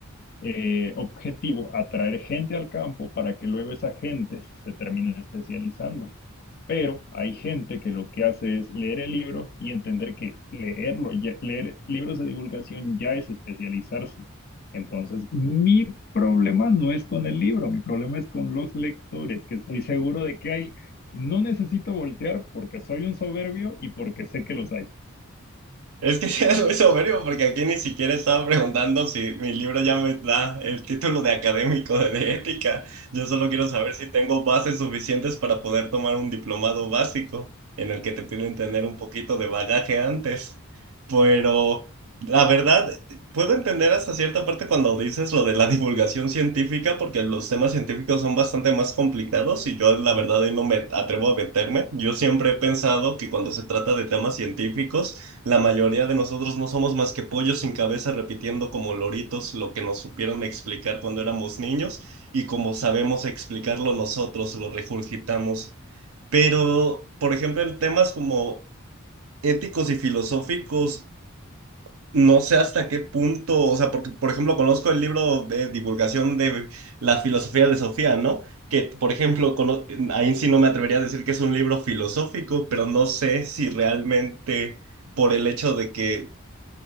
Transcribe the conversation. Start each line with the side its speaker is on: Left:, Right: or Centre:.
Left: eh, objetivo atraer gente al campo para que luego esa gente se termine especializando. Pero hay gente que lo que hace es leer el libro y entender que leerlo, ya- leer libros de divulgación ya es especializarse. Entonces, mi problema no es con el libro, mi problema es con los lectores, que estoy seguro de que hay. No necesito voltear porque soy un soberbio y porque sé que los hay.
Right: Es que <laughs> sí es muy soberbio porque aquí ni siquiera estaba preguntando si mi libro ya me da el título de académico de ética. Yo solo quiero saber si tengo bases suficientes para poder tomar un diplomado básico en el que te piden tener un poquito de bagaje antes. Pero la verdad, puedo entender hasta cierta parte cuando dices lo de la divulgación científica porque los temas científicos son bastante más complicados y yo la verdad ahí no me atrevo a meterme. Yo siempre he pensado que cuando se trata de temas científicos, la mayoría de nosotros no somos más que pollos sin cabeza repitiendo como loritos lo que nos supieron explicar cuando éramos niños y como sabemos explicarlo nosotros, lo regurgitamos. Pero, por ejemplo, en temas como éticos y filosóficos, no sé hasta qué punto, o sea, porque, por ejemplo, conozco el libro de divulgación de la filosofía de Sofía, ¿no? Que, por ejemplo, cono- ahí sí no me atrevería a decir que es un libro filosófico, pero no sé si realmente por el hecho de que